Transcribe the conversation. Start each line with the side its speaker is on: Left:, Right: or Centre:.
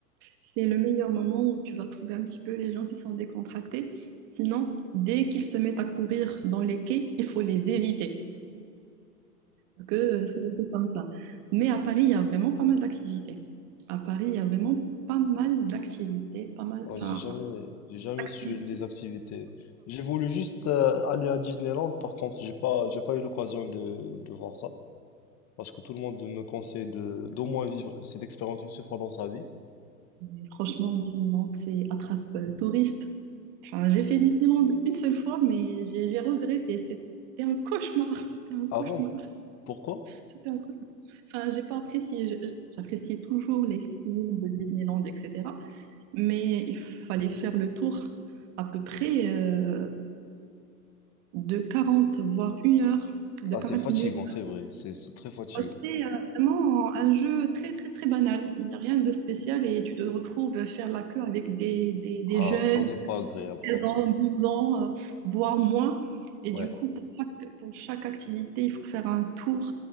Right: C'est le meilleur moment où tu vas trouver un petit peu les gens qui sont décontractés. Sinon, dès qu'ils se mettent à courir dans les quais, il faut les éviter parce que euh, c'est c'est comme ça. Mais à Paris, il y a vraiment pas mal d'activités. À Paris, il y a vraiment pas mal d'activités, pas mal,
Left: Ouais,
Right: enfin,
Left: j'ai jamais, j'ai jamais
Right: activités.
Left: su les activités. J'ai voulu juste euh, aller à Disneyland, par contre, j'ai pas, j'ai pas eu l'occasion de, de voir ça. Parce que tout le monde me conseille de, d'au moins vivre cette expérience une seule fois dans sa vie.
Right: Mais Franchement, Disneyland, c'est attrape euh, touriste. Enfin, j'ai fait Disneyland une seule fois, mais j'ai j'ai regretté. C'était un cauchemar, <laughs> c'était un cauchemar,
Left: Avant. Pourquoi?
Right: c'était un cauchemar. Enfin, j'ai pas apprécié. Je- J'appréciais toujours les films de Disneyland, etc. Mais il fallait faire le tour à peu près euh, de 40, voire une heure, de
Left: Ah,
Right: quarante
Left: c'est fatigant,
Right: minutes
Left: c'est vrai. C'est, c'est très fatigant.
Right: Ah, C'est euh, vraiment un jeu très, très, très banal. Il n'y a rien de spécial et tu te retrouves faire la queue avec des, des, des
Left: Ah,
Right: jeunes,
Left: ça, c'est pas agréable
Right: 16
Left: quand même.
Right: ans, 12 ans, euh, voire moins. Et
Left: Ouais.
Right: du coup, pour chaque, pour chaque activité, il faut faire un tour.